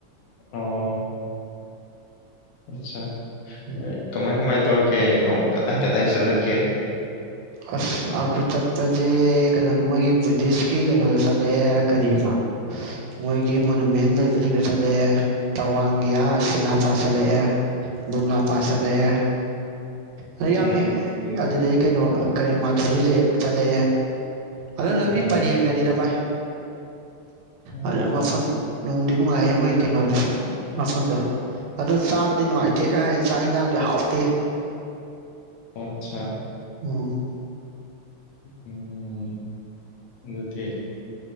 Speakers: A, on the left (about 75°); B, on the right (about 85°).
A: ꯑꯣ ꯑꯆꯥ
B: ꯎꯝ
A: ꯀꯃꯥꯏ ꯀꯃꯥꯏ ꯑꯦꯀꯦ ꯀꯣ ꯀꯗꯥꯏ ꯀꯗꯥꯏ ꯆꯠꯂꯛꯀꯦ
B: ꯑꯁ ꯑꯈꯣꯏ ꯆꯠꯄꯖꯦ ꯀꯩꯅꯣꯅꯦ ꯃꯣꯏꯒꯤ ꯗꯤꯁꯀꯤ ꯀꯩꯅꯣꯗ ꯆꯠꯂꯛꯑꯦ ꯀꯔꯤꯕ ꯃꯣꯏꯒꯤ ꯃꯣꯅꯨꯃꯦꯟ ꯂꯩꯕꯁꯤꯡꯗ ꯆꯠꯂꯛꯑꯦ ꯇꯋꯥꯡꯒꯤꯑ ꯁꯤꯂꯥ ꯄꯥꯠ ꯆꯠꯂꯛꯑꯦ ꯕꯣꯝꯂꯥ ꯄꯥꯁ ꯆꯂꯛꯑꯦ
A: ꯎꯝ
B: ꯑꯗ
A: ꯎꯝ
B: ꯌꯥꯝ ꯑꯗꯨꯗꯩ ꯀꯩꯅꯣ ꯃꯥꯙꯨꯔꯔꯤ ꯂꯦꯛ ꯆꯠꯂꯦ ꯑꯗꯨꯝ
A: ꯎꯝ
B: ꯂꯝꯕꯤ ꯄꯔꯦꯡꯗꯅꯤꯗ ꯚꯥꯏ
A: ꯑꯣ
B: ꯑꯗ ꯃꯐꯝ ꯅꯨꯡꯗꯤ ꯅꯨꯡꯉꯥꯏ ꯃꯣ ꯀꯩꯅꯣꯗꯨꯁꯨ ꯃꯁꯝꯗꯣ ꯑꯗꯨ ꯆꯕꯗꯤꯅꯨꯡꯉꯥꯏꯇꯦ ꯀꯥꯏ ꯆꯥꯛ ꯍꯤꯖꯥꯡ ꯍꯥꯎꯇꯦ
A: ꯑꯆꯥ
B: ꯎꯝ <inaudible>
A: ꯎꯝ ꯑꯗꯨꯗꯤ